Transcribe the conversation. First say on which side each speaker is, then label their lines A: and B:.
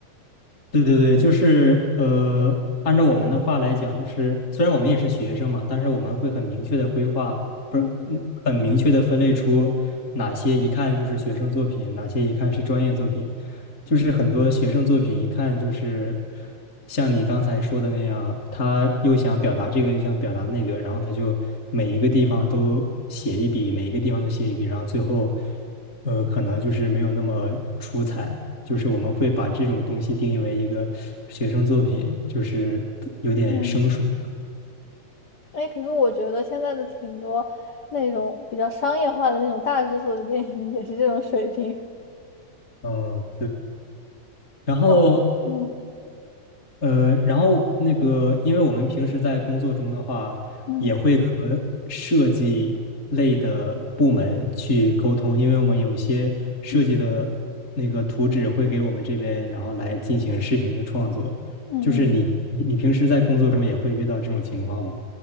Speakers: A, on the left; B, on the left.
A: 对对对，就是呃，按照我们的话来讲，就是虽然我们也是学生嘛，但是我们会很明确的规划，不是嗯很明确的分类出哪些一看就是学生作品，
B: 嗯
A: 哪些一看是专业作品。就是很多学生作品一看就是像你刚才说的那样，他又想表达这个，又想表达那个，然后他就每一个地方都写一笔，每一个地方都写一笔，然后最后呃，可能就是没有那么出彩。就是我们会把这种东西定义为一个学生作品，就是有点生疏这种
B: 嗯，哎，可是我觉得现在的挺多那种比较商业化的那种大制作的电影也是这种水平。
A: 嗯，然后
B: 那种嗯
A: 呃，然后那个，因为我们平时在工作中的话，
B: 嗯
A: 也会和设计类的部门去沟通，因为我们有一些设计的那个图纸会给我们这边，
B: 嗯
A: 然后来进行视频的创作。
B: 嗯嗯。
A: 就是你你你平时在工作中也会遇到这种情况吗？